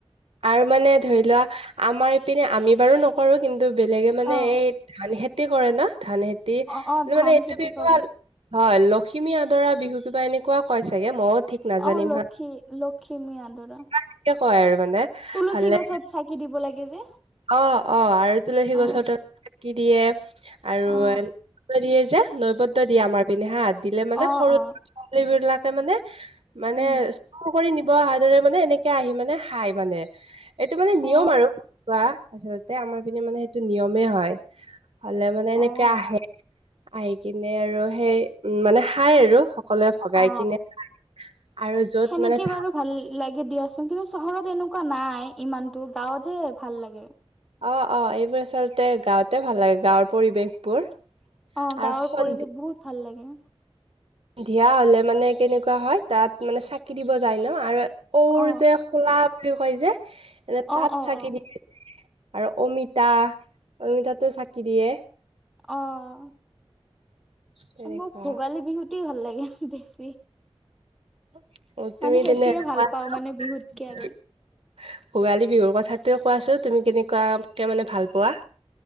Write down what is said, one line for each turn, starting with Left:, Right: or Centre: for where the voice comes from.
Right: আৰু মানে ধৰি লোৱা, আমাৰ ইপিনে আমি বাৰু নক- কৰো কিন্তু, বেলেগে মানে
Centre: অ
Right: এই ধান খেতি কৰে ন, ধান খেত- তি
Centre: অ অ
Right: লো
Centre: ধান
Right: মানে এইটো
Centre: খেতি
Right: বিহু
Centre: কৰে
Right: ভাল। হয়, লখিমী আদৰা বিহু, কিবা এনেকুৱা কয় চাগে, মইও ঠিক নাজানিম
Centre: অঁ, লক্ষী লক্ষিমী আদৰা।
Right: তাক ঠিকে কয় আৰু মানে।
Centre: তুলসী
Right: হলে,
Centre: গছত চাকি দিব লাগে যে।
Right: অঁ অঁ আৰু তুলসী
Centre: অ
Right: গছৰ তল ত চাকি দিয়ে, আৰু
Centre: অ
Right: এই যে নৈবত' দিয়ে আমাৰ। পিনে হা, দিল মানে
Centre: অ
Right: সৰু
Centre: অ
Right: ছোৱালী বিলাকে মানে মানে
Centre: উম
Right: চুৰ কৰি নিব। ধৰা মানে এনেকে আহি মানে খাই মানে। এইটো মানে
Centre: অ
Right: নিয়ম আৰু খোৱা, তাৰপিছত তে আমাৰ পিনে মানে সেইটো নিয়মেই হয়, হলে মানে
Centre: অ
Right: এনেকে আহে। আহি কিনে আৰু সেই উম মানে খাই আৰু। সকলে ভগাই
Centre: অ
Right: কিনে খাই, আৰু য'ত
Centre: সেনেকে
Right: মানে
Centre: বাৰু ভাল লাগে দিয়াচোন কিন্তু চহৰত এনেকুৱা নাই ইমানতো গাঁৱতহে ভাল লাগে।
Right: অঁ অঁ এইবোৰ আচলতে গাঁওঁতে ভাল লাগে গাঁৱৰ পৰিৱেশবোৰ।
Centre: অঁ
Right: আৰু
Centre: গাঁৱৰ
Right: সন্ধি
Centre: পৰিৱেশ বহুত ভাল লাগে।
Right: ধিয়া হলে মানে কেনেকুৱা হয় তাত মানে চাকি দিব যায় ন, আৰু ওৰ
Centre: অ
Right: যে খোলা বুলি কয় যে, এনে
Centre: অ
Right: তাঁত
Centre: অ
Right: চাকি
Centre: অ
Right: দিয়ে যে আৰু অমিতা অমিতাটো চাকি দিয়ে।
Centre: অঁ
Right: তেনেকুৱা
Centre: মোৰ ভোগালী বিহুটোৱে ভাল লাগে বেছি।
Right: <unintelligible>
Centre: মানে সেইটোয়ে ভাল পাওঁ মানে বিহুতকে আৰু
Right: ভোগালী বিহুৰ কথাটোয়ে কোৱাছো তুমি কেনেকুৱা মানে ভাল পোৱা।